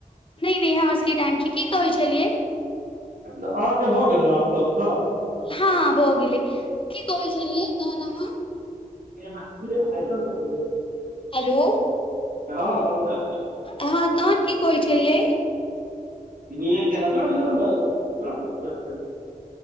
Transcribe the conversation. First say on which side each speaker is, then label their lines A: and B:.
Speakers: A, on the left (about 40°); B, on the right (about 80°).
A: नहि नहि हमर सबके टाइम छै की कहै छलियै
B: अहाँके भऽ गेल ने त तऽ
A: हँ बौग गेली कि कही तोह नाम
B: क बोल <unintelligible>
A: हेलो
B: <inaudible>
A: आहां तहन की कहै छलियै
B: <unintelligible>